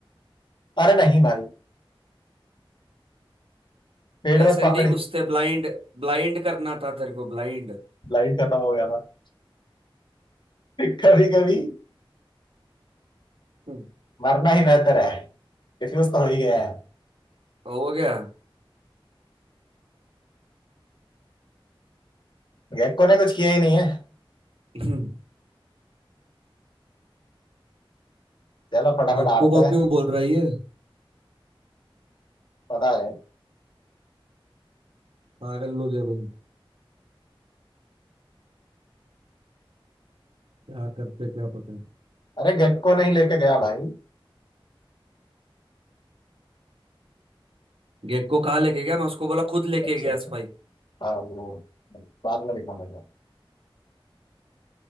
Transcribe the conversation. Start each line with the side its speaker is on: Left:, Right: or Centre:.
Left: अरे नहीं भाई पेट
Right: ऐसे
Left: बस पकड़ी
Right: नहीं घुसते ब्लाइंड ब्लाइंड करना था तेरे को ब्लाइंड
Left: लाइन खत्म हो गया था <laughs> कभी कभी
Right: हम्म,
Left: मरना ही बेहतर है डिफ्यूज तो हो ही गया है
Right: हो गया
Left: गेक्को ने कुछ किया ही नहीं है
Right: <clears throat> <laughs>
Left: चलो फटाफट
Right: गेको
Left: हारते
Right: को
Left: हैं
Right: क्यों बोल रहा है ये
Left: पता है
Right: पागल लोग है भाई क्या करते क्या पता
Left: अरे गेक्को नहीं लेके गया भाई
Right: गेको कहाँ लेके गया मैं उसको बोला खुद लेके
Left: अच्छा
Right: गया
Left: अच्छा
Right: स्पाइक
Left: हाँ वो बाद में दिखाऊंगा